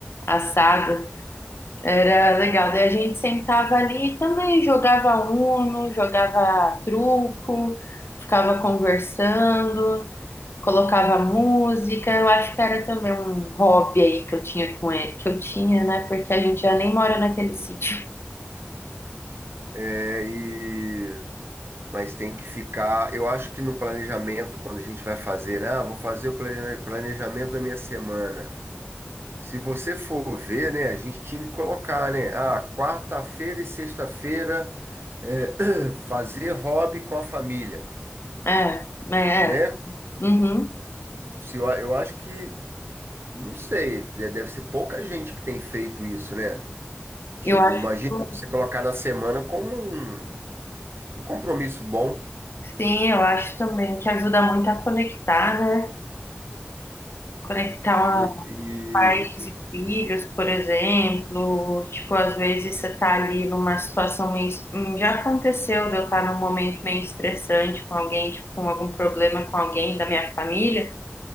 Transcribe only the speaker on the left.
assada. Era legal. Daí a gente sentava ali e também jogava Uno, jogava truco, ficava conversando, colocava música. Eu acho que era também um hobby aí que eu tinha com ele, que eu tinha, né? Porque a gente já nem mora naquele sítio.
É, né?
É. Uhum.
Eu acho.
Sim, eu acho também que ajuda muito a conectar, né? Conectar
pais e filhos, por exemplo. Tipo, às vezes você tá ali numa situação meio. es- hum, Já aconteceu de eu estar num momento meio estressante com alguém, tipo, com algum problema com alguém da minha família.